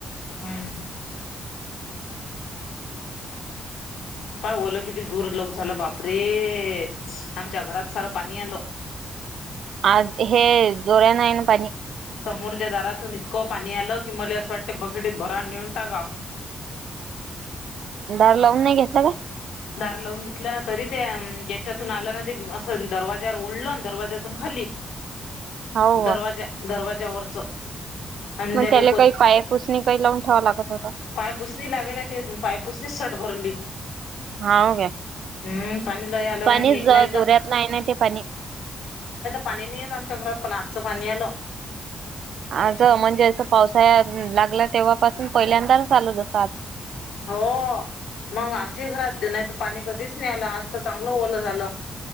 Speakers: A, on the left (about 80°); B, on the right (about 65°).
A: हम्म <unintelligible>
B: आज हे जोराने हेना पाणी.
A: <unintelligible>
B: दार नाही लावून घेतलं का?
A: दार लावून घेतलं ना तरी त्या याच्यातून आलं ना ते असं दरवाज्यावर उडलं दरवाज्यातून खाली.
B: हाव
A: दरवाज्या
B: का?
A: दरवाज्यावरच आणि
B: मग
A: त्याले
B: त्याला
A: प
B: काही पायपुसणी काय लावून ठेवावं लागतं का?
A: <unintelligible> <unintelligible>
B: हाव काय?
A: हम्म लयदा
B: पाणीच जोऱ्यात नाही ना ते पाणी
A: पाणी नाही येत पण आजचं पाणी आलं.
B: आज म्हणजे असं पावसाळ्या लागला तेव्हापासून पहिल्यांदाच चालू जसं आज
A: हो मग आमच्या घरात नाही तर पाणी कधीच नाही आलं आज तर चांगलं ओलं झालं.